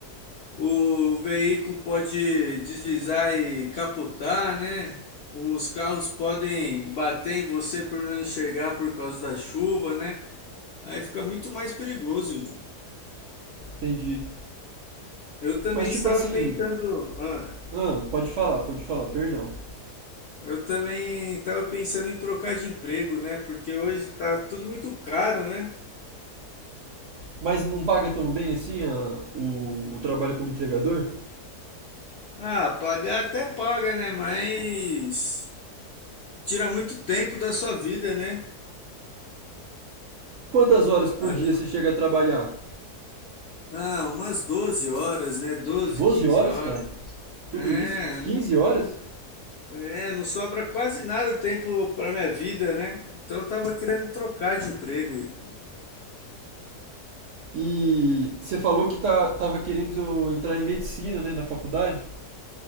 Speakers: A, on the left; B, on the right.
A: O veículo pode deslizar e capotar, né? Os carros podem bater em você por não enxergar por causa da chuva, né? Aí fica muito mais perigoso, Igor.
B: Entendi.
A: Eu também
B: Mas, tipo
A: estava
B: assim.
A: pensando, ah,
B: Ah, pode falar, pode falar, perdão.
A: eu também estava pensando em trocar de emprego, né? Porque hoje tá tudo muito caro, né?
B: Mas não paga tão bem assim a- o, o trabalho como entregador?
A: Ah, pagar até paga, né? Mas tira muito tempo da sua vida, né?
B: Quantas horas por
A: Aí-
B: dia você chega a trabalhar?
A: Ah, umas 12 horas, né? 12,
B: 12
A: 15
B: horas,
A: horas.
B: cara? Tudo
A: É,
B: isso? 15
A: não,
B: horas?
A: é, não sobra quase nada tempo para minha vida, né? Então eu tava querendo trocar de emprego, Igor.
B: E você falou que tá, tava querendo entrar em medicina, né, na faculdade?